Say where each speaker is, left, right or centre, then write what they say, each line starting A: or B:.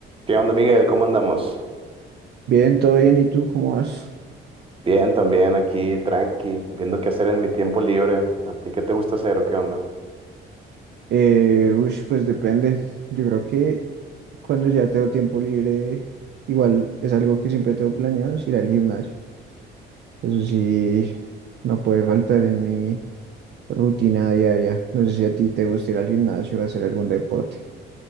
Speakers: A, on the right; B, on the right.
A: ¿Qué onda, Miguel? ¿Cómo andamos?
B: Bien, todo bien. ¿Y tú cómo vas?
A: Bien, también aquí, tranqui, viendo qué hacer en mi tiempo libre. ¿A ti qué te gusta hacer o qué onda?
B: Eh, ush, pues depende. Yo creo que cuando ya tengo tiempo libre, igual es algo que siempre tengo planeado, es ir al gimnasio. Eso sí, no puede faltar en mi rutina diaria. No sé si a ti te gusta ir al gimnasio o hacer algún deporte.